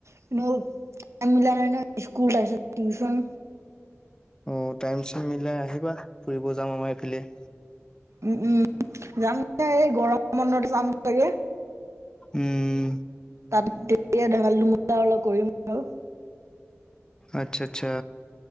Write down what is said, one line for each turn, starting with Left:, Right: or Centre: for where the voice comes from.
Right: কিন্তু টাইম মিলা নাই নহয় স্কুল তাৰ পিছত টিউচন।
Left: অ' টাইম-চাইম মিলাই আহিবা, ফুৰিব যাম আমাৰ এইফালে।
Right: উম উম যাম দিয়া এই গৰম বন্ধ মানত যাম চাগে,
Left: উম,
Right: তাত তেতিয়া ধেমালি ধমলা অলপ কৰিম আৰু।
Left: আচ্ছা আচ্ছা।